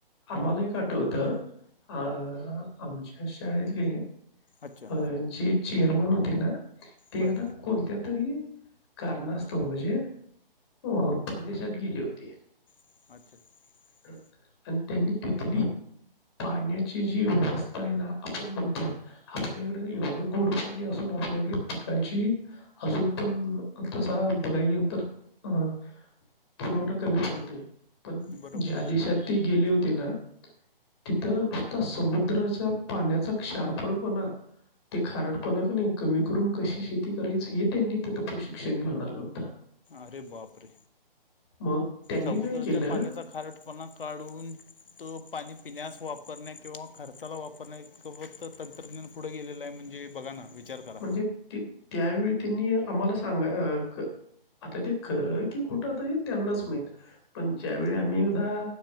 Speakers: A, on the left; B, on the left.
A: आम्हाला एक आठवतं आ आमच्या शाळेतले
B: अच्छा
A: ह जीची एरमन होते ना ते
B: बरं
A: एकदा कोणत्या तरी कारणास्तव म्हणजे अ परदेशात गेले होते.
B: <inaudible>
A: आणि त्यांनी तिथली पाण्याची जी व्यवस आता आहे ना आपण म्हणतोय आपल्याकडे एवढं गोडं पाणी असून आपल्याकडे पिकांची अजून पण तसा बघाय गेल तर अ पुरवठा कमी पडतोय पण
B: बरोबर
A: ज्या देशात ते गेले होते ना तिथं नुसता समुद्र पाण्याचा क्षारफळपणा, ते खारटपणा क नाही कमी करून कशी शेती करायच हे त्यांनी तिथ प्रशिक्षण घेऊन आलं होतं.
B: अरे बाप रे
A: मग त्यांनी
B: समुद्राच्या
A: काय केलं
B: पाण्याचा खारटपणा काढून तो पाणी पिण्यास वापरण्या किंवा खर्चाला वापरण्या इतक तंत्रज्ञान पुढे गेलेलं आहे. म्हणजे बघा ना विचार करा.
A: म्हणजे ते त्यावेळी त्यांनी आम्हाला सांगा क आता ते खर की खोटं आता हे त्यांनाच माहित. पण ज्यावेळी आम्ही एकदा